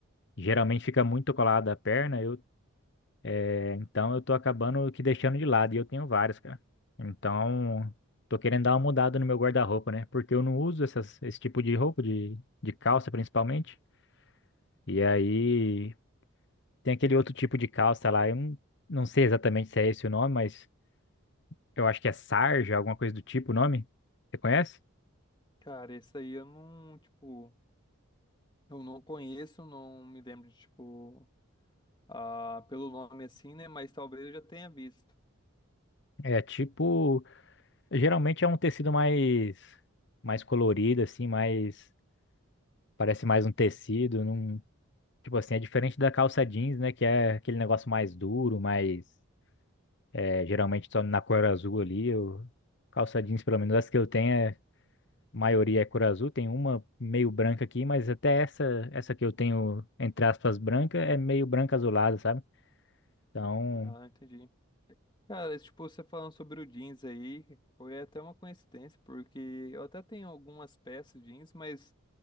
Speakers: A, on the left; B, on the left.
A: Geralmente fica muito colado à perna, eu, é, então eu tô acabando que deixando de lado, e eu tenho vários, cara. Então, tô querendo dar uma mudada no meu guarda-roupa, né? Porque eu não uso essas, esse tipo de roupa, de, de calça principalmente. E aí, tem aquele outro tipo de calça lá, eu não, não sei exatamente se é esse o nome, mas eu acho que é sarja, alguma coisa do tipo o nome. Você conhece?
B: Cara, esse aí eu não, tipo, eu não conheço, não me lembro de, tipo, ah, pelo nome assim, né? Mas talvez eu já tenha visto.
A: É tipo, geralmente é um tecido mais, mais colorido, assim, mais, parece mais um tecido, não Tipo assim, é diferente da calça jeans, né? Que é aquele negócio mais duro, mais é, geralmente só na cor azul ali. Eu... Calça jeans, pelo menos as que eu tenho, é... a maioria é cor azul. Tem uma meio branca aqui, mas até essa, essa que eu tenho, entre aspas, branca, é meio branca azulada, sabe? Então,
B: Ah, entendi. Cara, esse, tipo, você falando sobre o jeans aí, foi até uma coincidência, porque eu até tenho algumas peças jeans, mas